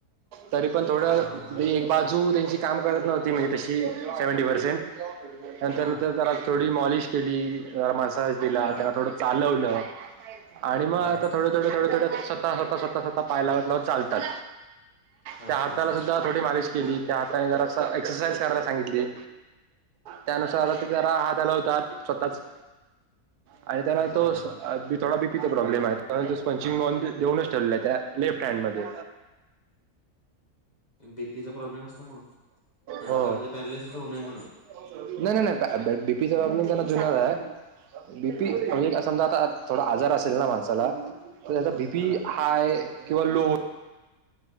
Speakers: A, on the right; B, on the left.
A: तरी पण थोडं
B: हा हा हा
A: एक
B: हा
A: बाजू त्यांची काम करत नव्हती म्हणजे तशी सेव्हंटी पर्सेंट. नंतर
B: हा
A: नंतर त्याला थोडी मॉलिश केली अ मसाज दिला
B: हा
A: त्यांना थोडं चालवलं. आणि मग
B: बर.
A: आता थोडं, थोडं, थोडं, थोडं स्वता स्वता स्वता स्वता पाय लावत लावत चालतात.
B: हा
A: त्या हाताला
B: हा हा
A: सुद्धा थोडी मालिश केली. त्या हाताने जरास एक्ससाइज करायला सांगितली. त्यानुसार आता ते जरा आत आला होता स्वतःच आणि त्याना
B: हा
A: तोस
B: हा हा
A: थोडा भि प्रॉब्लेम आहे त्यामुळे ते स्पंचिंग बॉल देऊनच ठेवलेला आहे त्या लेफ्ट हँड मध्ये.
B: बीपीचा प्रॉब्लेम असल्यामुळं हा
A: हो.
B: का म्हणजे पॅरालिसिस होऊ
A: नाही,
B: नये म्हणून.
A: नाही, नाही बीपीचा प्रॉब्लेम त्यांना जुनाच आहे. बीपी
B: हा
A: म्हणजे समजा आता थोडा आजार असेल ना माणसाला तर त्याचा बीपी
B: हा
A: हाय किंवा लो